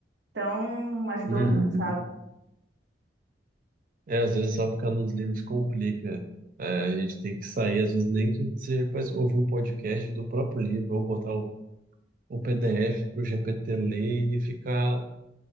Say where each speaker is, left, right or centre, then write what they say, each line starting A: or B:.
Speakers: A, on the right; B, on the right.
A: então ajudou
B: Uhum.
A: muito, sabe?
B: É, às vezes só ficar nos livros complica. É, a gente tem que sair, às vezes nem que seja para ouvir um podcast do próprio livro, ou botar o, o PDF para o GPT ler e ficar